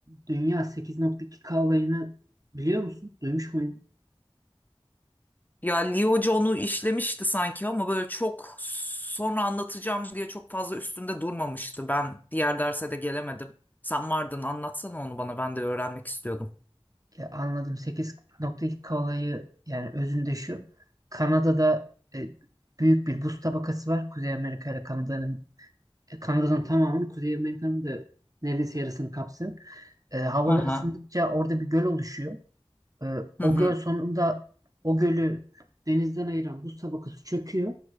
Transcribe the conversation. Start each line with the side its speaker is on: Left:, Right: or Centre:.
Right: Dünya 8.2K olayını biliyor musun? Duymuş muydun?
Left: Ya Lee Hoca onu işlemişti sanki ama böyle çok sonra anlatacağım diye çok fazla üstünde durmamıştı. Ben diğer derse de gelemedim. Sen vardın anlatsana onu bana ben de öğrenmek istiyordum.
Right: E, anladım. 8.2K olayı yani özünde şu. Kanada'da e, büyük bir buz tabakası var. Kuzey Amerika ile Kanada'nın E, Kanada'nın tamamını, Kuzey Amerika'nın da neredeyse yarısını kapsıyor. e, havalar
Left: Hı hı.
Right: ısındıkça orada bir göl oluşuyor. E,
Left: Hı
Right: o
Left: hı.
Right: göl sonunda o gölü Denizden ayıran buz tabakası çöküyor.